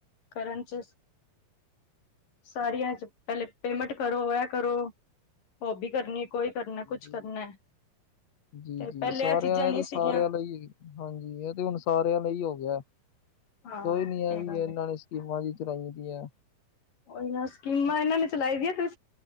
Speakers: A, on the left; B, on the left.
A: ਕਰਨ ਚ ਸਾਰੀਆਂ ਚ ਪਹਿਲੇ ਪੇਮੈਂਟ ਕਰੋ ਇਹ ਕਰੋ ਉਹ ਵੀ ਕਰਨੀ ਕੋਈ ਕਰਨਾ
B: <inaudible>
A: ਕੁਛ ਕਰਨਾ।
B: ਜੀ
A: ਤੇ
B: ਜੀ
A: ਪਹਿਲੇ
B: ਸਾਰਿਆਂ
A: ਚੀਜ਼ਾਂ ਨਹੀਂ
B: ਇਹ ਤੇ
A: ਸੀਗੀਆਂ
B: ਸਾਰਿਆਂ ਲਈ ਹਾਂਜੀ ਇਹ ਤੇ ਹੁਣ ਸਾਰਿਆਂ ਲਈ ਹੀ ਹੋ ਗਿਆ
A: ਹਾਂ
B: ਕੋਈ ਨੀ ਹੈ
A: ਇਹ
B: ਵੀ
A: ਗੱਲ
B: ਇਹਨਾਂ ਨੇ। ਸਕੀਮਾਂ ਜ ਚਰਾਈ ਦੀਆਂ
A: ਉਹ ਸਕੀਮਾਂ ਇਹਨਾਂ ਨੇ ਚਲਾਈ ਦੀਆਂ ਤੇ